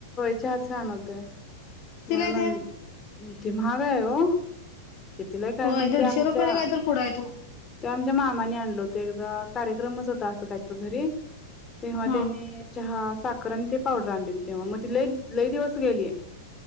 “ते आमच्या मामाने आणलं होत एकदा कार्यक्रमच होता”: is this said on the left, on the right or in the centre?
Left